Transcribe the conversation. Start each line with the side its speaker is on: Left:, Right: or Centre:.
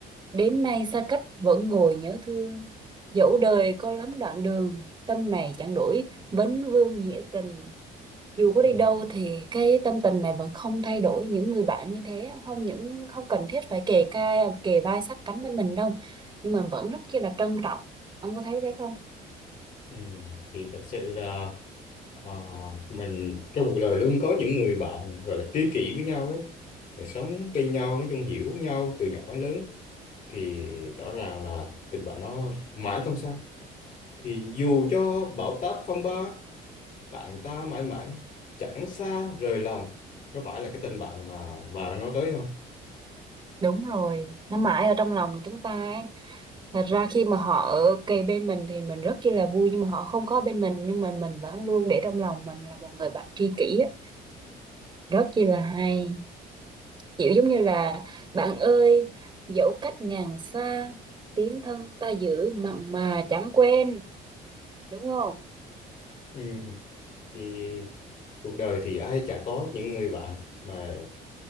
Right: đến nay xa cách vẫn ngồi nhớ thương dẫu đời có lắm đoạn đường tâm này chẳng đổi vấn vương nghĩa tình dù có
Left: ừ.
Right: đi đâu thì cái tâm tình này vẫn không thay đổi những người bạn như thế không những không cần thiết phải kề vai kề vai sát cánh bên mình đâu nhưng mà vẫn rất chi là trân trọng ông có thấy thế không
Left: Ừ. thì thật sự là ờ, mình trong cuộc đời luôn có những người bạn gọi là tri kỷ với nhau ấy Rồi sống bên nhau nói chung hiểu nhau từ nhỏ đến lớn thì rõ ràng là tình bạn nó mãi không sao thì dù cho bão táp phong ba bạn ta mãi mãi chẳng xa rời lòng có phải là cái tình bạn mà bà đang nói tới không
Right: đúng rồi nó mãi ở trong lòng chúng ta ấy. thật ra khi mà họ ở kề bên mình thì mình rất chi là vui nhưng mà họ không có bên mình nhưng mà mình vẫn luôn để trong lòng mình là một người bạn tri kỷ á. rất chi là hay kiểu giống như là bạn ơi dẫu cách ngàn xa tiếng thân ta giữ mặn mà chẳng quên đúng không
Left: ừ. thì cuộc đời thì ai chả có những người bạn mà